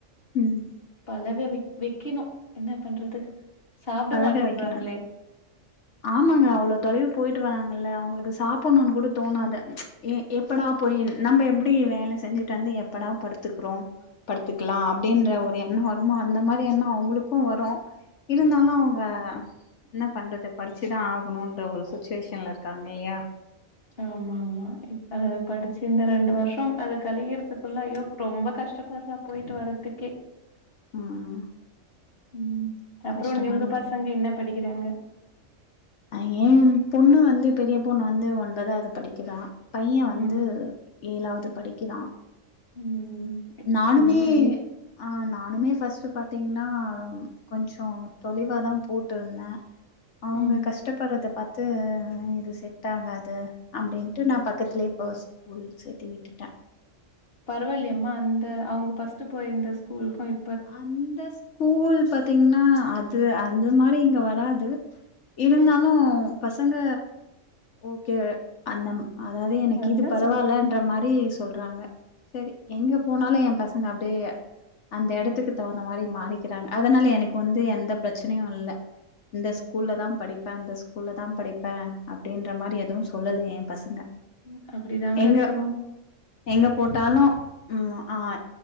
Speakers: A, on the left (about 65°); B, on the left (about 50°).
A: ம்
B: பழக வெக் வெக்கிணு என்ன பண்றது சாப்ட
A: பழக
B: மாட்டன்றாங்ளே
A: வைக்கணு ஆமாங்க அவ்ளோ தொலைவு போய்ட்டு வராங்கல்ல அவுங்களுக்கு சாப்பட்ணுன் கூட தோணாது எ எப்படா போயி நம்ம எப்புடி வேல செஞ்சிட் வந்து எப்படா படுத்துக்றோ படுத்துக்லா அப்டின்ற ஒரு எண்ணோ வருமோ அந்த மாரி எண்ணோ அவுங்களுக்கு வரு இருந்தாலு அவுங்க என்ன பண்றது படிச்சி தா ஆகணுன்ற ஒரு சுச்வேஷன்ல இருக்காங் இல்லியா
B: ஆமா ஆமா இப்ப படிச்சி இந்த ரெண்டு வர்ஷோ அத கழியற்த்துக்குள்ள அய்யோ ரொம்ப கஷ்டப்பட்றா போய்ட்டு வரத்துக்கே
A: ம்
B: ம் அப்றோ
A: கஷ்டமாதா
B: உங்க பசங்க
A: இருக்கு.
B: என்ன படிக்கிறாங்க
A: அ எம்பொண்ணு வந்து பெரிய பொண்ணு வந்து ஒன்பதாவ்து படிக்கறா பைய வந்து
B: ம்
A: ஏழாவ்து படிக்கிறா
B: ம் ம்
A: நானுமே ஆ நானுமே ஃபர்ஸ்ட் பார்த்தீங்கன்னா கொஞ்சோ தொளைவா தா போட்டுருந்த அவுங்க
B: ம்
A: கஷ்டப்படுறத பாத்து இது செட் ஆகாது அப்படின்ட்டு நா பக்கத்திலே இப்போ ஸ்கூல் சேத்தி விட்டுட்ட
B: பரவாயில்லேம்மா அந்த அவுங்க பர்ஸ்ட்டு போயிருந்த ஸ்கூலுக்கு இ
A: அந்த ஸ்கூல் பாத்தீங்கன்னா அது அந்து மாரி இங்க வராது இருந்தாலும் பசங்க ஓகே அந்தம் அதாவது எனக்கு
B: அதுதா
A: இது பரவால்ல
B: சொல்ற
A: ன்ற மாரி சொல்றாங்க சரி எங்க போனாலு எ பசங்க அப்டே அந்த எட த்துக்கு தகுந்த மாரி மாறிக்கிறாங்க அதனால எனக்கு வந்து எந்த பிரச்சனையு இல்ல இந்த ஸ்கூல்ல தா படிப்ப அந்த ஸ்கூல்ல தா படிப்ப அப்டின்ற மாரி எதுவு சொல்லல எ பசங்க
B: ம் அப்படி தாங்க
A: எங்க
B: இருக்கணு
A: எங்க போட்டாலு ம் அ